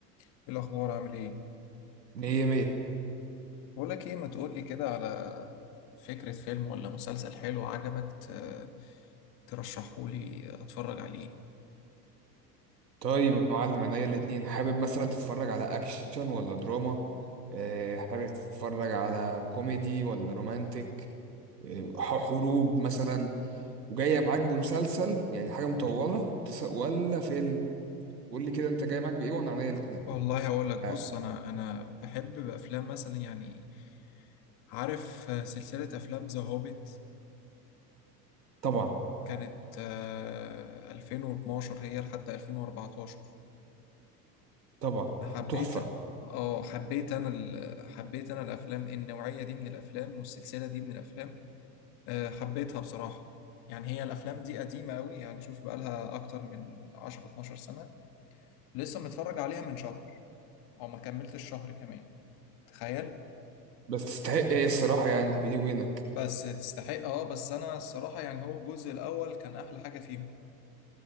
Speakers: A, on the left; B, on the right.
A: ايه الاخبار عامل ايه
B: مية مية
A: بقول لك ايه ما تقول لي كده على فكرة فيلم ولا مسلسل حلو عجبك ت- ترشحه لي اتفرج عليه
B: طيب يا معلم عينيا الاتنين حابب مثلا تتفرج على أكشن ولا دراما آه، حابب تتفرج على كوميدي ولا رومانتك آه، ح- حروب مثلا وجاية معاك بمسلسل يعني حاجة مطولة بس- ولا فيلم قول لي كده أنت جاي معاك بإيه وأنا عينيا الاتنين
A: والله هقول لك بص
B: آه،
A: انا انا بحب افلام مثلا يعني عارف سلسلة افلام ذا هوبيت
B: طبعا
A: كانت آه، 2012 هي لحد 2014
B: طبعا
A: انا حبيت
B: تحفة
A: اه حبيت انا ال- حبيت انا الافلام النوعية دي من الافلام والسلسلة دي من الافلام آه، حبيتها بصراحة يعني هي الأفلام دي قديمة أوي يعني شوف بقالها أكتر من 10 12 سنة لسه متفرج عليها من شهر أو ما كملتش الشهر كمان تخيل
B: بس تستحق إيه الصراحة يعني بيني وبينك
A: بس تستحق أه بس أنا الصراحة يعني هو الجزء الأول كان أحلى حاجة فيهم